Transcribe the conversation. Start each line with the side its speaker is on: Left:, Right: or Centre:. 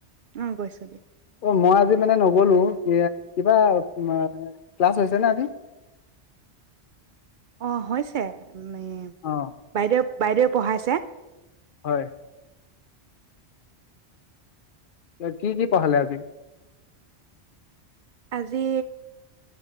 Right: অ' গৈছো দিয়া।
Left: অ', ‌মই আজি মানে নগলোঁ। দিয়া, কিবা তোমাৰ, ক্লাছ হৈছে নে আজি?
Right: অ', হৈছে। <unintelligible>
Left: অ
Right: বাইদেউ বাইদেউ পঢ়াইছে।
Left: হয়। এ কি কি পাহালে আজি?
Right: আজি